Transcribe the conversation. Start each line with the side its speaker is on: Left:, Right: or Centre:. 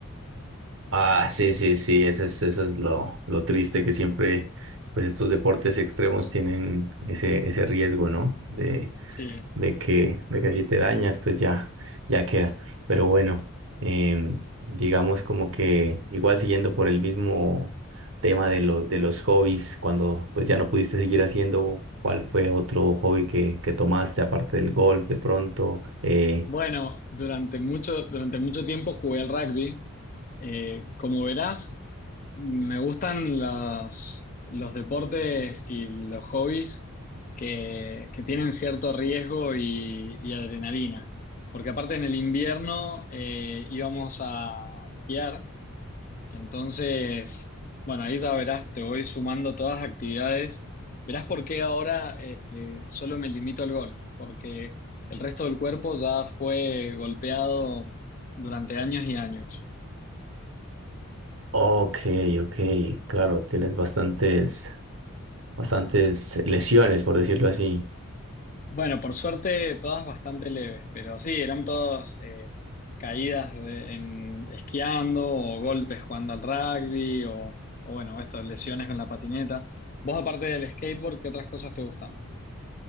Right: Ah, sí, sí, sí, ese es, ese es lo, lo triste que siempre, pues estos deportes extremos tienen ese, ese riesgo, ¿no? De,
Left: Sí.
Right: de que, de que si te dañas, pues ya, ya queda. Pero bueno, em, digamos como que igual siguiendo por el mismo tema de lo, de los hobbies, cuando pues ya no pudiste seguir haciendo, ¿cuál fue otro hobby que, que tomaste aparte del golf de pronto? Eh,
Left: Bueno, durante mucho, durante mucho tiempo jugué al rugby. Eh, como verás, me gustan los, los deportes y los hobbies que, que tienen cierto riesgo y, y adrenalina. Porque aparte en el invierno eh, íbamos a esquiar entonces, bueno, ahí ya verás, te voy sumando todas las actividades. Verás por qué ahora eh, eh, solo me limito al golf, porque el resto del cuerpo ya fue golpeado durante años y años.
Right: ok, ok, claro, tienes bastantes. bastantes lesiones, por decirlo así.
Left: Bueno, por suerte todas bastante leves, pero sí, eran todas eh, caídas de- en, esquiando o golpes jugando al rugby o, o bueno, esto, lesiones con la patineta. Vos aparte del skateboard, ¿qué otras cosas te gustan?